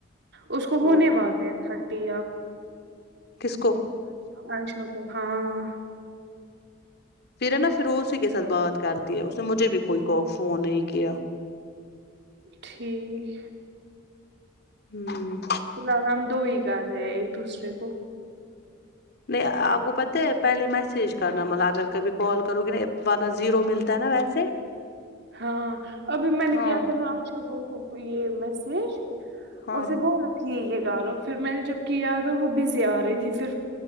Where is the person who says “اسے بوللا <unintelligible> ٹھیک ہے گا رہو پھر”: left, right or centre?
Right